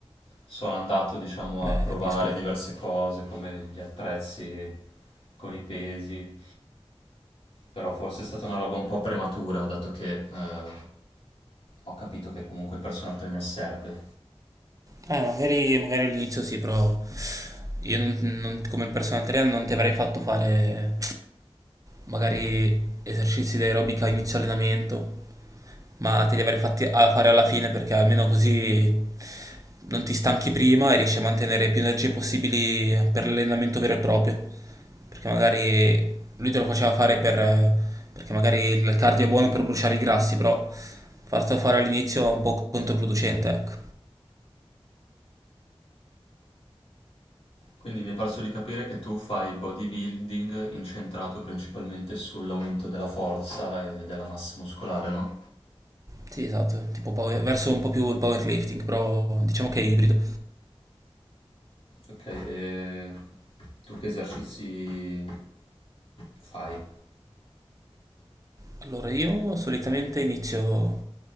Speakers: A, on the left; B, on the right.
A: sono andato diciamo
B: Eh,
A: a provare
B: capisco.
A: diverse cose come gli attrezzi con i pesi però forse è stata una roba un po' prematura, dato che eh, ho capito che comunque il personal trainer serve.
B: Eh, magari, magari all'inizio sì, però io non, non- come personal trainer non ti avrei fatto fare magari esercizi di aerobica a inizio allenamento. ma te li avrei fatti a fare alla fine perché almeno così non ti stanchi prima e riesci a mantenere più energie possibili per l'allenamento vero e proprio. Perché magari lui te lo faceva fare per, perché magari il cardio è buono per bruciare i grassi, però fartelo fare all'inizio è un po' controproducente, ecco.
A: Quindi mi è parso di capire che tu fai bodybuilding incentrato principalmente sull'aumento della forza e della massa muscolare, no?
B: Sì, esatto, tipo power- verso un po' più il powerlifting, però diciamo che è ibrido.
A: Ok, e tu che esercizi fai?
B: Allora io solitamente inizio